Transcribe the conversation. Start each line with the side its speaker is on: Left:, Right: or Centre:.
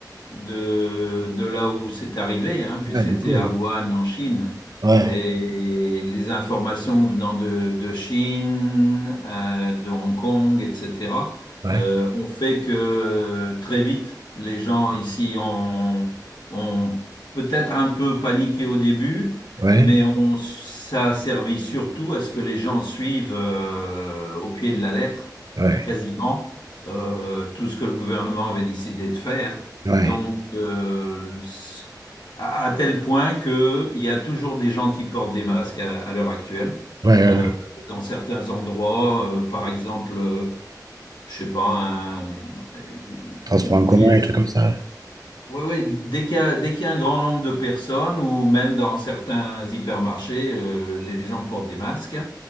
Left: de de là où c'est arrivé, hein, puisque
Right: ouais,
Left: c'était
Right: du coup.
Left: à
Right: euh,
Left: Wuhan en Chine.
Right: Ouais,
Left: Et les informations venant de, de Chine, euh, de Hong Kong, etc.,
Right: ouais,
Left: euh, ont fait que très vite, les gens ici ont, ont peut-être un peu paniqué au début,
Right: ouais,
Left: mais on, ça a servi surtout à ce que les gens suivent euh, au pied de la lettre,
Right: ouais,
Left: quasiment, euh, tout ce que le gouvernement avait décidé de faire.
Right: ouais,
Left: Donc, euh, à, à tel point qu'il y a toujours des gens qui portent des masques à, à l'heure actuelle.
Right: ouais, ouais.
Left: Euh,
Right: ouais.
Left: dans certains endroits, euh, par exemple, euh, je sais pas, un- euh,
Right: Transport
Left: une
Right: en commun,
Left: pièce.
Right: et trucs comme ça.
Left: Oui, oui, dès qu'il y a, dès qu'il y a un grand nombre de personnes, ou même dans certains hypermarchés, euh, les gens portent des masques.